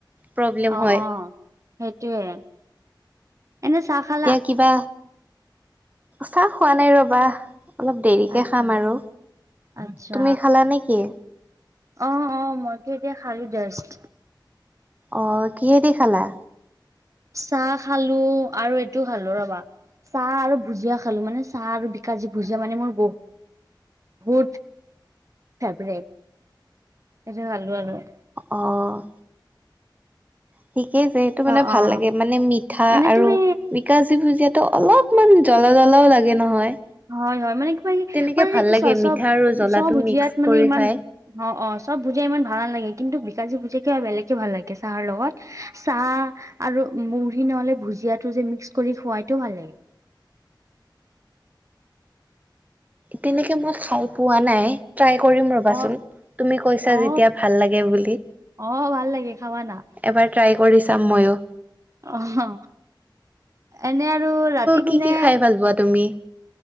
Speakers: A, on the right; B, on the right.
A: প্ৰব্লেম
B: অ',
A: হয়।
B: অ', সেইটোয়ে এনে চাহ খা
A: এতিয়া কিবা, চাহ খোৱা নাই ৰবা। অলপ দেৰিকে
B: আচ্ছা
A: খাম আৰু,
B: আচ্ছা
A: তুমি খালা নে কি?
B: অ', অ', মইতো এতিয়া খালো জাষ্ট।
A: অ, কিহেদি খালা?
B: চাহ খালো আৰু এইটো খালো ৰবা। চাহ আৰু ভুজিয়া খালো মানে চাহ আৰু বিকাজি ভুজিয়া মানে মোৰ বহুত বুট ফেভৰেট এইটো ভালকৈ জানো।
A: অ', ঠিকেই যিহেতু মানে
B: অ
A: ভাল
B: অ
A: লাগে মানে মিঠা
B: এনে
A: আৰু
B: তুমি
A: বিকাজী ভুজিয়াতো অলপমান জ্বলা-জ্বলাও লাগে নহয়।
B: হয়-হয় মানে কিবা
A: তেনেকে
B: মানে
A: ভাল লাগে
B: চব-চব
A: মিঠা আৰু জ্বলাটো
B: ভুজিয়াত
A: মিক্স
B: মানে
A: কৰি
B: ইমান
A: খাই।
B: অ', অ', চব ভুজিয়া ইমান ভাল নালাগে কিন্তু বিকাজী ভুজিয়া কিবা বেলেগকে ভাল লাগে চাহৰ লগত। চাহ আৰু মুড়ি নহ'লে ভুজিয়াটো যে মিক্স কৰি খুৱাইটো ভাল লাগে।
A: তেনেকে মই খাই পোৱা নাই ট্ৰাই কৰিম ৰবাচোন,
B: অ
A: তুমি কৈছা
B: অ
A: যেতিয়া ভাল লাগে বুলি
B: অ ভাল লাগে খাবা না
A: এবাৰ ট্ৰাই কৰি চাম মইয়ো।
B: অহ, এনে আৰু ৰাতি
A: কি
B: কোনে
A: কি খাই ভাল পোৱা তুমি?